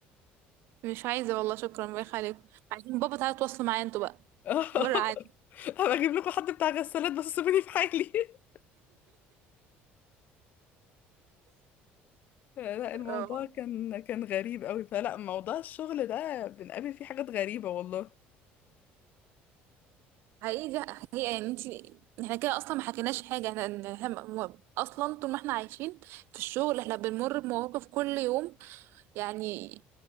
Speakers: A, on the right; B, on the left.
A: مش عايزة والله شكرا بايخ عليكم عايزين بابا تعالى تواصلوا معايا انتوا بقى
B: <laughs>
A: بره عادي
B: هبقى اجيب لكم حد بتاع غسالات بس سيبوني في حالي <laughs> لا الموضوع
A: اه
B: كان كان غريب قوي فلا موضوع الشغل ده بنقابل فيه حاجات غريبة والله
A: حقيقي دي حقيقة يعني انتي احنا كده اصلا ما حكيناش حاجة احنا احنا م- اصلا طول ما احنا عايشين في الشغل احنا بنمر بمواقف كل يوم يعني